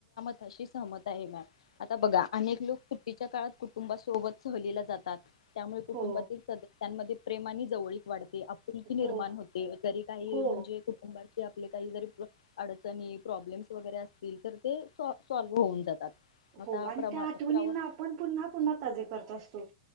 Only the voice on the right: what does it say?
हो
हो
हो
हो आणि
त्या आठवणींना
आपण पुन्हा, पुन्हा ताजे करत असतो.